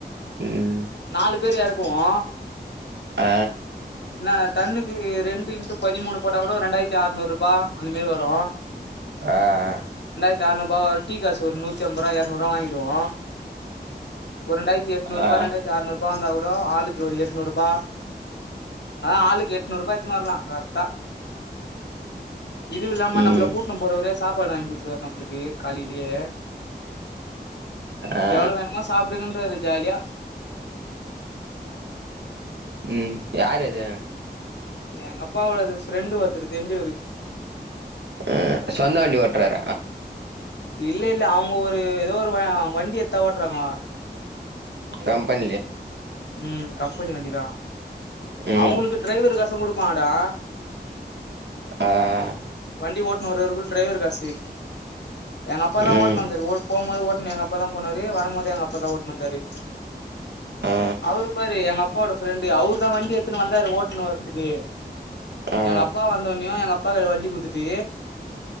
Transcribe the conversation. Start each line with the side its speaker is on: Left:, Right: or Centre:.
Right: ம்
Left: நாலு பேரு எறக்குவோ
Right: ஆ
Left: என்னா தண்ணிக்கி ரெண்டு இன்டு பதிமூணு போட்டா கூட ரெண்டாயிரத்தி அறுநூறு ரூபா அந்த மாரி வரு
Right: ஆ ஆ
Left: எரநூறுபா டீக்காசு ஒரு நூத்தி அம்பது ரூபா எரநூறு ரூவா வாங்கிடுவோ ஒரு ரெண்டாயிரத்தி எட்நூறு
Right: ஆ
Left: ரூபா ரெண்டாயிரத்தி ஆறுநூறுபா வந்த கூட ஆளுக்கு ஒரு எட்நூறுரூபா அதா ஆளுக்கு எட்நூறு ரூபா எடுத்துன்ன வரலா கரெக்டா இதுவுல்லாம
Right: ம்
Left: நம்மள கூட்டுனு போறவரே சாப்பாடு வாங்கி குடுத்துருவாரு நம்ளுக்கு காலில் லியே
Right: ஆ
Left: எவ்வளவு வேணுமோ சாப்பிடுன்றாரு ஜாலியா
Right: ம் யார் அது
Left: எங்க அப்பாவது ஃப்ரெண்டு ஒருத்தரு தெரஞ்சவரு
Right: ம் சொந்த வண்டி ஓட்ரார
Left: இல்ல இல்ல அவங்க ஒரு ஏதோ ஒரு வண்டி எத்த ஓட்றாங்கோ
Right: கம்பனிில
Left: ம் கம்பெனி வண்டிதான்
Right: ம்
Left: அவங்களுக்கு டிரைவர் கசம் கொடு பாடா
Right: ஆ ஆ
Left: வண்டி ஓட்டுன்னு வருவருக்கு டிரைவர் காசு எங்க அப்பா தான்
Right: ம்
Left: ஓட்டு வந்தருஓ போும்போது ஓட்டு எங்க அப்பா தான் போனாரு வரும்போது எங்க அப்பா தான் ஓட்ன்னு வந்தாரு
Right: ஆ
Left: அவரு பாரு எங்க அப்பா அப்போட ஃப்ரெண்டு அவர் தான் வண்டி எத்துன்னு வந்தாரு ஓட்டுனு வர்துக்கு
Right: ஆ
Left: எங்க அப்பா வந்தவனோ எங்க அப்பா அப்ப வண்டி குத்துட்டு